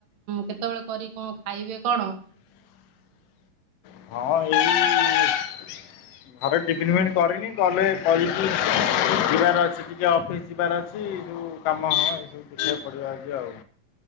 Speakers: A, on the right; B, on the left.
A: କେତେବେଳେ କରି କ'ଣ ଖାଇବେ କ'ଣ?
B: ହଁ ଏଇ ଘରେ ଟିଫିନ ଫିଫନ୍ କରିନି ଗଲେ କରି କି ଯିବାର ଅଛି। ଟିକେ ଅଫିସ୍ ଯିବାର ଅଛି ଯଉ କାମ ହବ ଏସବୁ ବୁଝିବାକୁ ପଡ଼ିବା ଆଉ।